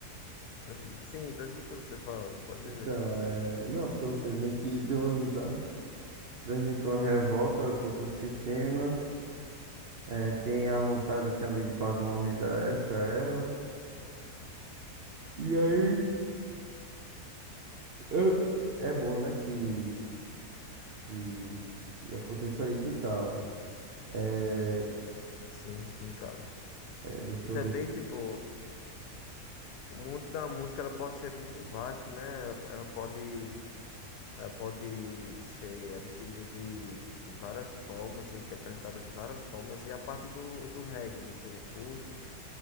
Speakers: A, on the left; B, on the right.
A: Uhum. Sim, tô escutando você falando, pode dizer.
B: Então, é. Não, porque você meio que deu uma risada. Transmitiu uma revolta contra o sistema. É, tem a vontade também de fazer uma renda extra a ela. E aí, eu- é bom, né, que, que, que aconteça isso e tal. É,
A: Sim, sim, cara.
B: é, deixa
A: E também,
B: eu ver
A: tipo, o mundo da música, ela pode ser muito vasto, né? Ela, ela pode Ela pode ser adquirida de, de várias formas, ser interpretada de várias formas. E a parte do, do reggae, você curte?